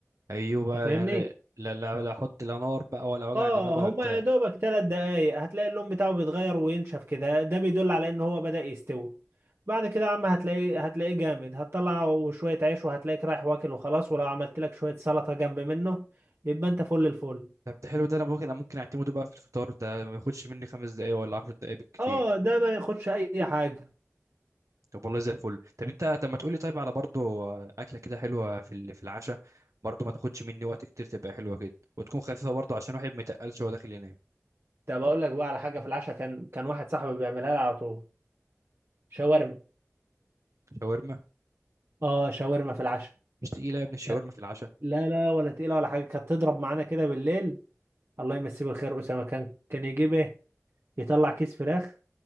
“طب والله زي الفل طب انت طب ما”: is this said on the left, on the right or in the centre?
Right